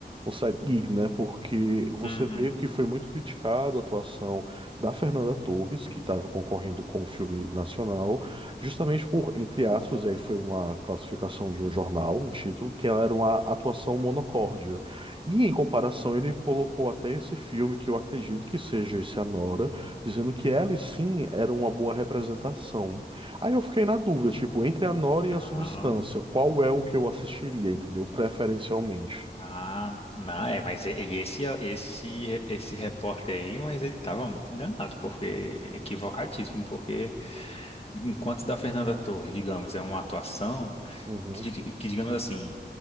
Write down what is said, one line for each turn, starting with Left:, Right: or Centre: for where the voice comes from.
Right: um side gig, né? Porque você
Left: Uhum.
Right: vê que foi muito criticado a atuação da Fernanda Torres, que estava concorrendo com o filme nacional, justamente por, entre aspas, aí foi uma classificação de um jornal, um título, que ela era uma atuação monocórdia. E em comparação, ele colocou até esse filme, que eu acredito que seja esse Anora, dizendo que ela sim era uma boa representação. Aí eu fiquei na dúvida, tipo, entre a Nora e a
Left: Não.
Right: Substância, qual é o que eu assistiria, entendeu? Preferencialmente.
Left: Ah, não, é, mas e- e esse, esse, esse repórter aí, mas ele tava muito enganado, porque equivocadíssimo, porque enquanto da Fernanda Torres, digamos, é uma atuação.
Right: Uhum,
Left: que, dig- que, digamos assim,